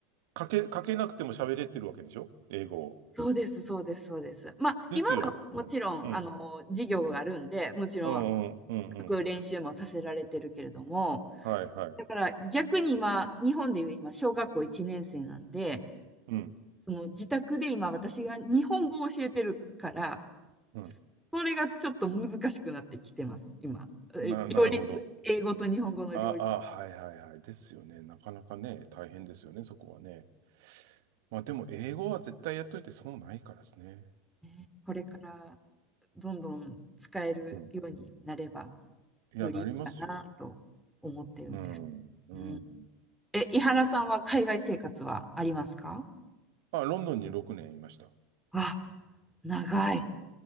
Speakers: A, on the right; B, in the centre.
A: かけ、かけなくても喋れてるわけでしょ英語を。
B: そうです、そうです、そうです。まあ、
A: ですよね。
B: 今はもちろん、
A: うん。うん。
B: あの、授業があるんで、もちろん、
A: うんうんうんうん。
B: 練習もさせられてるけれども、
A: はいはい。
B: だから逆に今、日本でいう今、小学校1年生なんで、
A: うん。
B: その自宅で今、私が日本語を教えてるから、
A: うん。
B: これがちょっと難しくなってきてます、今。え両立、
A: な、なるほど。
B: 英語と日本語の両立。
A: あ、あ、はいはいはい。ですよね。なかなかね、大変ですよね、そこはね。まあでも、英語は絶対やっといて損ないからですね。
B: ねこれからどんどん使えるようになれば
A: うん。いや、
B: よりいいかなと思ってるんです。
A: なりますよ。うん。うん。
B: うん、え、井原さんは海外生活はありますか
A: あ、ロンドンに6年いました。
B: あ、長い。